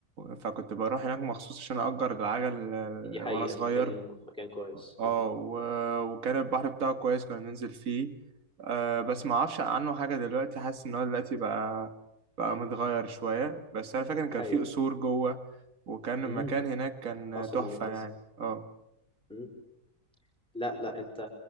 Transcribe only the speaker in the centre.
دي حقيقة
مكان مكان كويس
مم.
دي حقيقة
امم
قصر
المنتزه
مم. لا لا انت